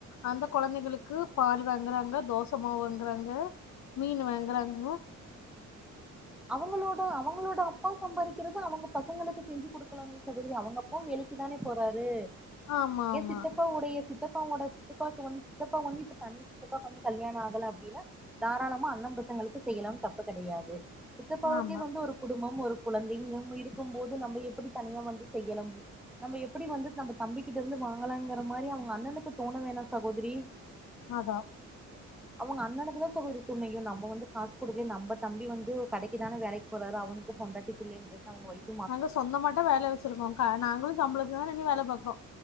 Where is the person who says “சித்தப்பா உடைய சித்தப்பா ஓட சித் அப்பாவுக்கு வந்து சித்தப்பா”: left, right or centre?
Centre